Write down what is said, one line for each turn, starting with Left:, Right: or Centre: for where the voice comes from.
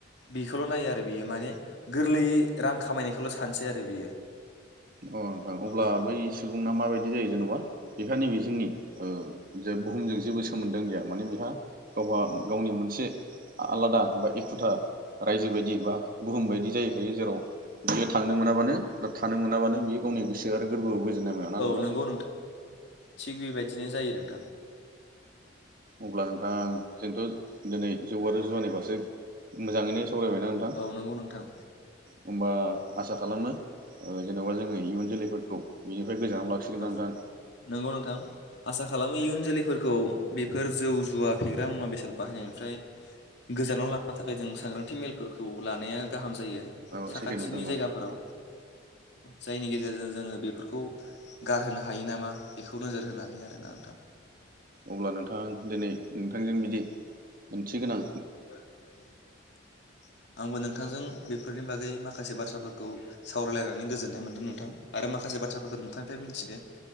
Left: बेखौल' नायो आरो बियो माने गोरलैयै रां खामायनायखौल' सानसै आरो बियो
Right: नोंथां अब्ला
Left: औ
Right: बै सुबुङा माबायदि जायो जेनेबा बेहा नैबे जोंनि ओ बुहुमजों जेबो मोनदो गैया माने बेहा गावहा गावनि मोनसे आलादा बा एखुथा रायजो बायदि बा बुहुम बायदि जाहैखायो जेराव बियो थांनो मोनाबानो दा थानो मोनाबानो बियो गावनि गोसो आरो गोरबोआव गोजोननाय मोना ना
Left: औ
Right: नोंथां?
Left: नंगौ थिग बेबायदिनो जायो नोंथां
Right: अब्ला नोंथां जोंथ दिनै जौ आरो जुवानि फारसे मोजाङैनो सावरायबायना‌ नोंथां
Left: औ नंगौ नोंथां
Right: होमबा आसा खालामनो जेनेबा जोङो इयुन जोलैफोरखौ बिनिफ्राय गोजानाव लाखिगोन ना नोंथां?
Left: औ नंगौ नोंथां आसा खालामो इयुन जोलैफोरखौ बेफोर जौ जुवा फेग्रा मुवा बेसाद बाहायनायनिफ्राय गोजानाव लानो थाखाय जों सांग्रांथि मेलफोरखौ लानाया गाहाम जायो
Right: औ
Left: साखाथिनि
Right: सैथो नोंथां
Left: जायगाफोराव
Right: औ
Left: जायनि गेजेरजों जोङो बेफोरखौ गारहोनो हायो नामा बेखौ नोजोर होनानै आरोना नोंथां
Right: अब्ला नोंथां दिनै नोंथांजों बिदि ओंथिगोनां
Left: <inaudible> आंबो नोंथांजों बेफोरनि बागै माखासे बाथ्रा खौ सावरायलायनानै गोजोननाय मोनदों नोंथां आरो माखासे बाथ्राफोरखौ नोंथांनिफ्राय मिथिदों